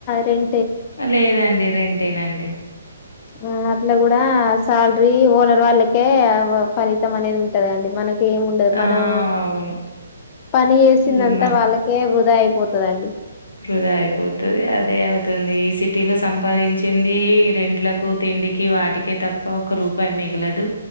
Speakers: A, on the left; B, on the left.
A: రెం
B: లేదండి రెంటేనాండి
A: ఆ అట్లా కూడా శాలరీ ఓనర్ వాళ్ళకే ఫలితం అనేది ఉంటదండి మనకు ఏమిండదు
B: ఆ!
A: మనం
B: అవును.
A: పని చేసిందంతా
B: ఈఎంఐ
A: వాళ్ళకే వృధా అయిపోతు ద అండి
B: వృధా అయ్పోతది అదే అవ్తుందీ సిటీ లొ సంపాదించిందీ రెంట్లకు తి తిండికి వాటికే తప్ప ఒక్క రూపాయ్ మిగలదు